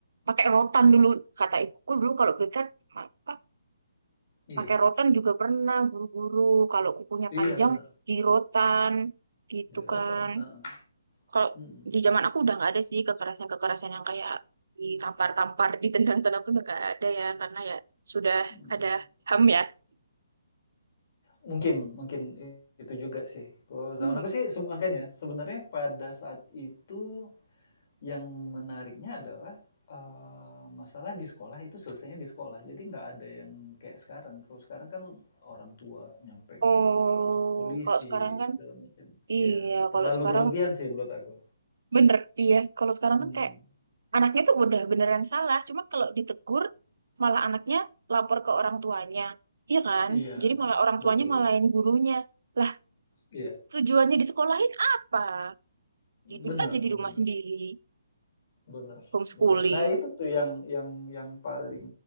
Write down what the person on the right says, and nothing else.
pakai rotan dulu kata ibuku dulu kalau BK ma- apa,
pakai rotan juga pernah guru-guru kalau kukunya
panjang
di rotan gitu
kan. Kalau
di zaman aku udah nggak ada sih kekerasan-kekerasan yang kayak ditampar-tampar, ditendang-tendang tuh udah nggak ada ya karena ya sudah
ada HAM ya.
Hmm.
Oh,
kalau sekarang kan
iya,
kalau sekarang
bener iya, kalau sekarang
kan kayak anaknya tuh udah beneran salah cuma kalau ditegur malah anaknya lapor ke orang tuanya iya kan
jadi malah orang
tuanya malahin gurunya lah
tujuannya disekolahin apa didik
aja di
rumah sendiri
homeschooling